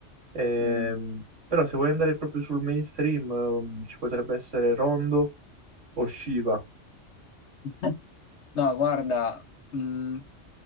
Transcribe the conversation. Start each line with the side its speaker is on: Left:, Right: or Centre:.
Right: Ehm,
Left: Mm.
Right: però se vuoi andare proprio sul mainstream, ehm, ci potrebbe essere Rondo o Shiva.
Left: <laughs> No, guarda, mm,